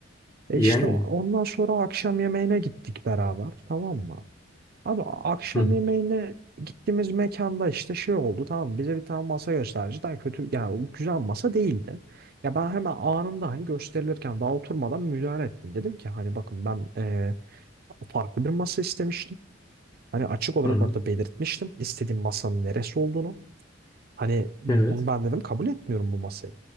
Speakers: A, on the right; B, on the left.
A: E
B: Yani.
A: işte ondan sonra akşam yemeğine gittik beraber tamam mı? Abi akşam
B: Hı hı.
A: yemeğine gittiğimiz mekanda işte şey oldu tamam bize bir tane masa gösterdi. Cidden kötü yani o güzel masa değildi. Ya ben hemen anında hani gösterilirken daha oturmadan müdahale ettim. Dedim ki hani bakın ben eee, farklı bir masa istemiştim. Hani açık olarak
B: Hı hı.
A: orada belirtmiştim istediğim masanın neresi olduğunu. Hani bunu
B: Evet.
A: ben dedim kabul etmiyorum bu masayı.